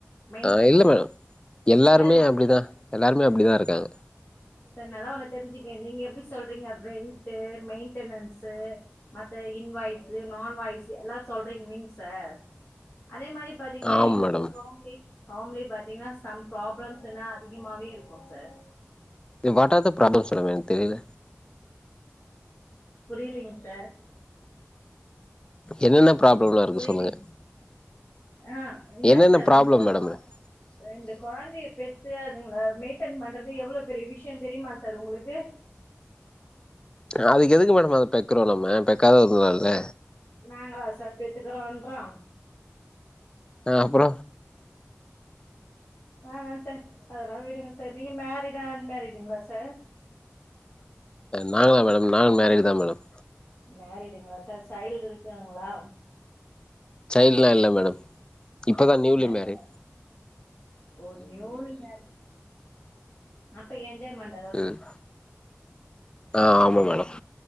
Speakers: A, on the left; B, on the left.
A: மெயின்டன்ஸ்
B: ஆ இல்ல
A: இருக்கு
B: மேடம் எல்லாருமே
A: சார்
B: அப்படிதா எல்லாருமே அப்படிதா இருக்காங்க
A: சார் நல்லா ஒன்னு தெரிஞ்சுக்குங்க நீங்க எப்படி சொல்றிங்க ரென்ட்டு மெயின்டெனன்ஸு மத்த இன் வாய்ஸு நான் வாய்ஸு எல்லா சொல்றிங்கில்லிங் சார் அதே மாரி பாத்திங்னா
B: ஆமா
A: எங்களுக்கு
B: மேடம்
A: ஹோம்லி ஹோம்லே பாத்திங்னா சம் ப்ராப்ளம்ஸ் எல்லா அதிகமாவே இருக் கு sir
B: what are the problem சொல்லுங்க எனக்கு தெரில
A: புரியலிங் சார்
B: என்னென்ன ப்ராப்ளம்லா இருக்கு
A: புரியலிங்
B: சொல்லுங்க
A: ஆ என்னங்க
B: என்னென்ன
A: சார்
B: ப்ராப்ளம்
A: ரெண்டு
B: மேடம்
A: கொ
B: இருக்கு
A: ரெண்டு கொழந்தைய பெத்து அதுங்கள மெயின்டெய்ன் பண்றது எவ்ளோ பெரிய விஷ்யோ தெரியுமா சார் உங்களுக்கு
B: அதுக்கு எதுக்கு மேட அத பெக்குறோ நம்ம பெக்காத இருக்கலால்ல
A: நாங்களா சார் பெத்துக்கறோன்றோ
B: ஆ அப்பற
A: வேனா சார் அதெல்லா விடுங்க சார் நீங்க மேரிடா அன்மேரிடுங்களா சார்
B: நாங்களா மேடம் நானும் மேரிட் தா மேடம்
A: மேரிடுங்களா சார் சைல்டு இருக்காங்களா
B: சைல்டுலா இல்ல மேடம் இப்பதா நியூலி
A: ஏ
B: மேரிட்
A: சார் ஓ நியூலி மேரிட் அப்ப என்ஜாய்மன்
B: ம் ஆ ஆமா மேடம்